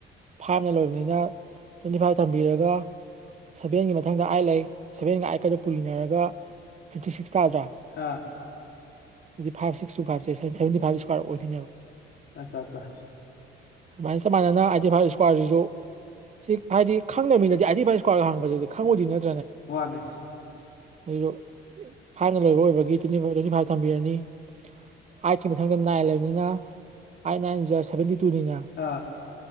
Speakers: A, on the right; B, on the left.
A: ꯐꯥꯏꯅ ꯂꯣꯏꯕꯅꯤꯅ ꯇ꯭ꯋꯦꯟꯇꯤ ꯐꯥꯏꯚ ꯊꯝꯕꯤꯔꯒ ꯁꯦꯚꯦꯟꯒꯤ ꯃꯊꯪꯗ ꯑꯥꯏꯠ ꯂꯩ ꯁꯦꯚꯦꯟꯒ ꯑꯥꯏꯠꯀꯗ ꯄꯨꯔꯤꯅꯔꯒ ꯐꯤꯞꯇꯤ ꯁꯤꯛꯁ ꯇꯥꯗ꯭ꯔꯥ
B: ꯑꯥ
A: ꯍꯥꯏꯗꯤ ꯐꯥꯏꯚ ꯁꯤꯛꯁ ꯇꯨ ꯐꯥꯏꯚꯁꯦ ꯁꯚꯦꯟꯇꯤ ꯐꯥꯏꯚ ꯏꯁꯀ꯭ꯋꯥꯔ ꯑꯣꯏꯗꯣꯏꯅꯦꯕ
B: ꯑꯁ ꯑꯁ
A: ꯑꯗꯨꯃꯥꯏꯅ ꯁꯨꯃꯥꯏꯅꯅ ꯑꯠꯇꯤ ꯐꯥꯏꯚ ꯏꯁꯀ꯭ꯋꯥꯔꯁꯤꯁꯨ ꯁꯤ ꯍꯥꯏꯗꯤ ꯈꯪꯗꯅꯕꯃꯤꯅꯗꯤ ꯑꯥꯏꯗꯤꯤꯚꯥꯏ ꯏꯁꯀ꯭ꯋꯥꯔꯒ ꯍꯥꯡꯕꯁꯤꯗꯤ ꯈꯪꯉꯣꯏꯗꯤ ꯅꯠꯇ
B: ꯋꯥꯅꯤ
A: ꯑꯗꯨꯗꯣ ꯐꯥꯏꯚꯅ ꯂꯣꯏꯕ ꯑꯣꯏꯕꯒꯤ ꯇ꯭ꯋꯦꯟꯇꯤ ꯐꯥꯏꯚ ꯇ꯭ꯋꯦꯟꯇꯤ ꯐꯥꯏꯚ ꯊꯝꯕꯤꯔꯅꯤ ꯑꯥꯏꯠꯀꯤ ꯃꯊꯪꯗ ꯅꯥꯏꯂꯕꯅꯤꯅ ꯑꯥꯏꯠ ꯅꯥꯏꯟ ꯆꯠ ꯁꯚꯦꯟꯇꯤ ꯇꯨꯅꯤꯅ
B: ꯑꯥ